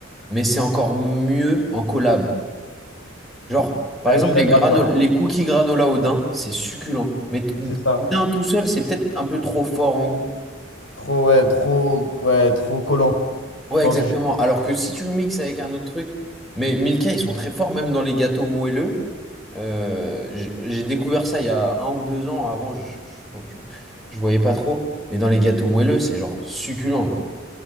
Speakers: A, in the centre; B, on the left (about 70°).
A: mais c'est encore mieux en collab. Genre, par
B: Ouais,
A: exemple,
B: je suis d'accord
A: les, grano-
B: avec toi.
A: les cookies granola au daim, c'est succulent. Mais t-
B: C'est ça.
A: daim tout seul, c'est peut-être un peu trop fort en goût.
B: Trop, ouais, trop, ouais, trop collant.
A: Ouais,
B: Je pense
A: exactement.
B: que je-
A: Alors que si tu le mixes avec un autre truc, mais Milka, ils sont très forts, même dans les gâteaux moelleux. Euh, j'ai j'ai découvert ça il y a un ou deux ans. Avant, je, je, je- je voyais pas trop. Mais dans les gâteaux moelleux, c'est genre succulent. Genre.